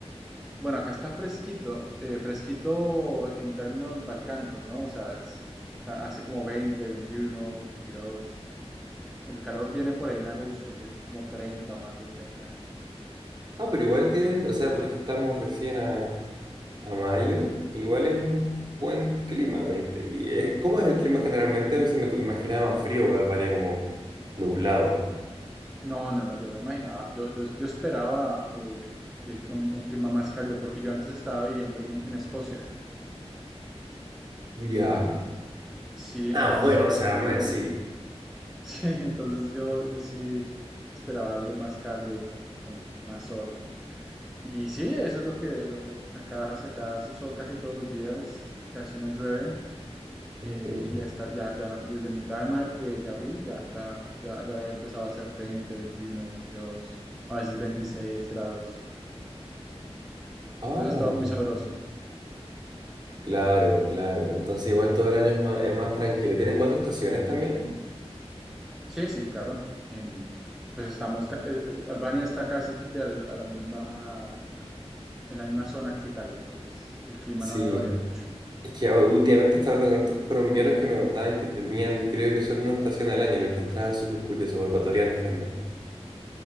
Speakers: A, in the centre; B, on the right (about 40°).
A: Bueno, acá está fresquito, eh, fresquito en términos balcánicos, ¿no? O sea, es- está- hace como 20, 21, 22. El calor viene por ahí en agosto, que son como 30 o más de 30.
B: Ah, pero igual tienen, o sea, porque estamos recién a, a mayo, igual es un buen clima, veinte ¿Y eh, cómo es el clima generalmente? A mí sí me imaginaba más frío Albania como nublado.
A: No, no, no, yo me imaginaba, yo, yo, yo esperaba eh, eh, un, un clima más cálido, porque yo antes estaba viviendo en, en Escocia.
B: Ya.
A: Sí, entonces,
B: Ah, bueno,
A: pues
B: o sea,
A: claro,
B: me- sí.
A: <laughs> sí, entonces yo, yo sí esperaba algo más cálido y con, con más sol. Y sí, eso es lo que, lo que acá hace, acá hace sol casi todos los días, casi no llueve.
B: Ok.
A: eh, ya está, ya, ya desde mitad de, ma- de, de abril ya está, ya, ya había empezado a hacer 20 21 22 a veces 26 grados.
B: Ah.
A: Entonces ha estado muy sabroso.
B: Claro, claro. Entonces igual todo el año es más, es más tranquilo. ¿Tienen cuatro estaciones también?
A: Sí, sí, claro. En, pues estamos, ca- eh, eh, Albania está casi que al- a la misma, en la misma zona que Italia, entonces el clima
B: Sí.
A: no debe variar mucho.
B: Es que ah, últimamente estaba hablando con otros colombianos que me contaban que tenían, creo que solo una estación al año. Lo encontraba súper curioso, o ecuatorianos también.